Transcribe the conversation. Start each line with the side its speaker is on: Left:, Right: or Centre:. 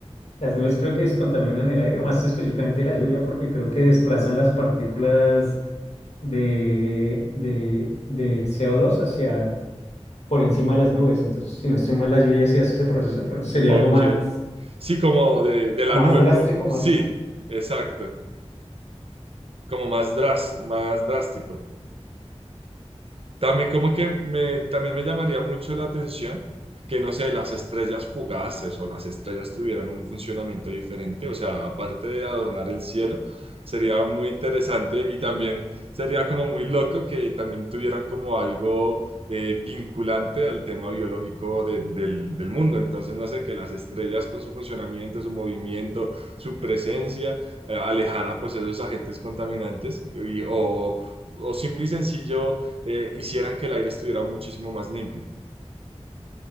Left: las nubes creo que descontaminan el aire, o más específicamente la lluvia, porque creo que desplazan las partículas de, de, de co dos hacia por encima de las nubes. Entonces, si no estoy mal, la lluvia sí hace ese proceso, pero sería
Right: Ok,
Left: algo más,
Right: sí, como de, de la
Left: más
Right: nube,
Left: drástico,
Right: pro- sí,
Left: más...
Right: exacto, como más, dras- más drástico. También como que me, también me llamaría mucho la atención que, no sé, las estrellas fugaces o las estrellas tuvieran un funcionamiento diferente. O sea, aparte de adornar el cielo, sería muy interesante y también sería como muy loco que también tuvieran como algo eh, vinculante al tema biológico de- del, del mundo. Entonces, no sé, que las estrellas con su funcionamiento, su movimiento, su presencia, eh, alejara pues esos agentes contaminantes y, o, o simple y sencillo eh, hicieran que el aire estuviera muchísimo más limpio.